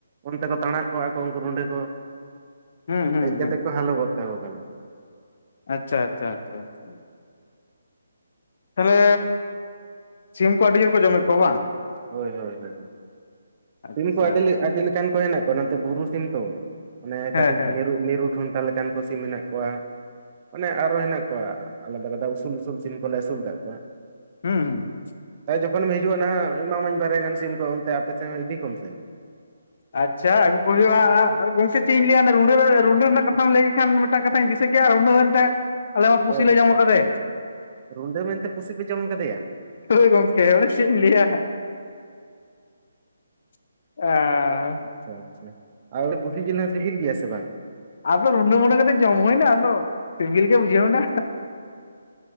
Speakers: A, on the right; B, on the left.
A: ᱚᱱᱛᱮ ᱠᱚ ᱛᱟᱬᱟᱜ ᱠᱚᱜᱼᱟ ᱠᱚ ᱩᱝᱠᱩ ᱨᱩᱸᱰᱟᱹ ᱠᱚ᱾
B: ᱦᱩᱸ ᱦᱩᱸ
A: ᱦᱮᱡ ᱠᱟᱛᱮ
B: ᱦᱩᱸ
A: ᱠᱚ ᱦᱟᱞᱚ ᱜᱚᱫ ᱠᱟᱠᱚ ᱠᱟᱱᱟ᱾
B: ᱟᱪᱪᱷᱟ ᱟᱪᱪᱷᱟ ᱟᱪᱪᱷᱟ ᱟᱪᱪᱷᱟ ᱛᱟᱦᱚᱞᱮ ᱥᱤᱢ ᱠᱚ ᱟᱹᱰᱤ ᱡᱳᱨ ᱠᱚ ᱡᱚᱢᱮᱫ ᱠᱚᱣᱟ ᱵᱟᱝ
A: ᱦᱳᱭ ᱦᱳᱭ ᱦᱳᱭ ᱦᱳᱭ
B: ᱟᱪᱪᱷᱟ
A: ᱥᱤᱢ ᱠᱚ ᱟᱹᱰᱤ, ᱟᱹᱰᱤ ᱞᱮᱠᱟᱱ ᱠᱚ ᱦᱮᱱᱟᱜ ᱠᱚᱣᱟ ᱱᱚᱛᱮ ᱵᱩᱨᱩ ᱥᱤᱢ ᱛᱚ ᱚᱱᱮ ᱠᱟᱹᱴᱤᱡ
B: ᱦᱮᱸ ᱦᱮᱸ
A: ᱢᱤᱨᱩ ᱴᱷᱚᱱᱴᱟ ᱞᱮᱠᱟᱱ ᱠᱚ ᱥᱤᱢ ᱢᱮᱱᱟᱜ ᱠᱚᱣᱟ ᱢᱟᱱᱮ ᱟᱨᱦᱚᱸ ᱦᱮᱱᱟᱜ ᱠᱚᱣᱟ ᱟᱞᱟᱫᱟ ᱟᱞᱟᱫᱟ ᱩᱥᱩᱞ ᱩᱥᱩᱞ ᱥᱤᱢ ᱠᱚᱞᱮ ᱟᱹᱥᱩᱞ ᱟᱠᱟᱫ ᱠᱚᱣᱟ
B: ᱦᱩᱸ ᱦᱩᱸ
A: ᱛᱟᱭ ᱡᱚᱠᱷᱚᱱᱮᱢ ᱦᱤᱡᱩᱜᱼᱟ ᱱᱟᱦᱟᱜ ᱮᱢᱟᱢᱟᱹᱧ ᱵᱟᱨᱭᱟ ᱜᱟᱱ ᱥᱤᱢ ᱠᱚ ᱚᱱᱛᱮ ᱟᱯᱮ ᱥᱮᱫ ᱦᱚᱸ ᱤᱫᱤ ᱠᱚᱢ ᱥᱮ
B: ᱟᱪᱪᱷᱟ ᱟᱹᱜᱩ ᱠᱚ ᱦᱩᱭᱩᱜᱼᱟ, ᱜᱚᱝᱠᱮ ᱪᱮᱫ ᱤᱧ ᱞᱟᱹᱭᱟ ᱨᱩᱰᱟᱹ ᱨᱮᱱᱟᱜ ᱠᱟᱛᱷᱟᱢ ᱞᱟᱹᱭᱮ ᱠᱷᱟᱱ ᱢᱤᱫᱴᱟᱝ ᱠᱟᱛᱷᱟᱧ ᱫᱤᱥ ᱥᱟᱹ ᱨᱩᱸᱰᱟᱹ ᱢᱮᱱᱛᱮ ᱟᱞᱮ ᱢᱟ ᱯᱩᱥᱤ
A: ᱦᱳᱭ
B: ᱞᱮ ᱡᱚᱢᱟᱠᱟᱫᱮ
A: ᱨᱩᱰᱟᱹ ᱢᱮᱱᱛᱮ ᱯᱩᱥᱤ ᱯᱮ ᱡᱚᱢ ᱠᱟᱫᱮᱭᱟ
B: ᱦᱳᱭ ᱜᱚᱝᱠᱮ ᱟᱫᱚ ᱪᱮᱫ ᱤᱧ ᱞᱟᱹᱭᱟ <unintelligible>
A: ᱟᱪᱪᱷᱟ ᱟᱪᱪᱷᱟ ᱟᱨ ᱯᱩᱥᱤ ᱡᱤᱞ ᱦᱚ ᱥᱤᱵᱤᱞ ᱜᱮᱭᱟ ᱥᱮ ᱵᱟᱝ
B: ᱟᱫᱚ ᱨᱩᱸᱰᱟᱹ ᱢᱩᱱᱮ ᱠᱟᱛᱮᱜ ᱡᱚᱢ ᱦᱩᱭᱱᱟ ᱟᱫᱚ ᱥᱤᱵᱤᱞ ᱜᱮ ᱵᱩᱡᱷᱟᱹᱣᱱᱟ